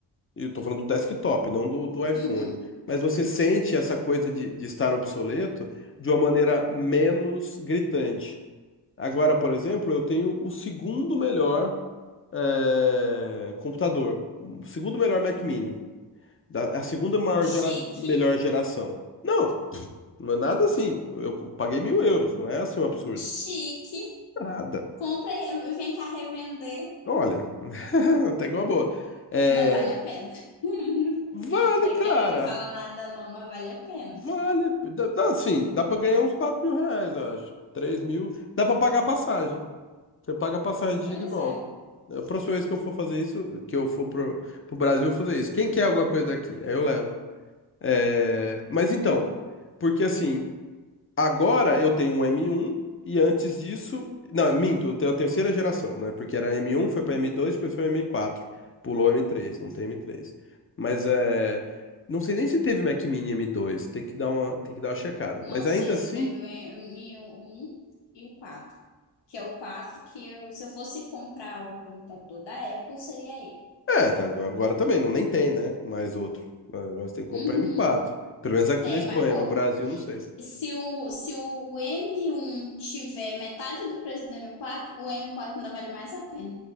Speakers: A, on the left; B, on the left.
A: eu tô falando do desktop, não do, do iPhone,
B: Uhum.
A: mas você sente essa coisa de, de estar obsoleto de uma maneira menos gritante. Agora, por exemplo, eu tenho o segundo melhor eh, computador, o segundo melhor Mac Mini, da- a segunda maior
B: Chique,
A: gera- melhor geração. Não, não é nada assim. Eu paguei mil euros, não é assim um absurdo.
B: chique.
A: Nada.
B: Compra e vem cá revender.
A: Olha, <laughs> até que é uma boa. É,
B: Não vale a pena. <laughs>
A: vale,
B: Não é
A: cara.
B: querendo falar nada, não, mas vale a pena.
A: Vale. Dá, dá, assim, dá pra ganhar uns quatro mil reais, eu acho. 3 mil. Dá pra pagar a passagem. Você paga a passagem de
B: Pois
A: ida e volta.
B: é.
A: A próxima vez que eu for fazer isso, que eu for pro, pro Brasil, eu vou fazer isso. Quem quer alguma coisa daqui? Aí eu levo. É, mas então, porque assim, Agora eu tenho um m um e antes disso, não, minto, eu tenho a terceira geração, né? Porque era m um foi para m dois depois foi m quatro Pulou m três não tem m três Mas é, não sei nem se teve Mac Mini m dois tem que dar uma, tem que dar uma checada.
B: Não
A: Mas
B: sei
A: ainda assim,
B: se teve o M- o 1 e o 4. Que é o 4 que eu- se eu fosse comprar um computador da Apple, seria ele.
A: é, tá, agora agora também não nem tem, né? Mais outro. Ah, Agora você tem que
B: Uhum.
A: comprar m quatro Pelo menos aqui
B: É,
A: na Espanha,
B: mas, pô,
A: no Brasil, não sei.
B: se o, se o M1 tiver metade do preço do M4, o M4 ainda vale mais a pena.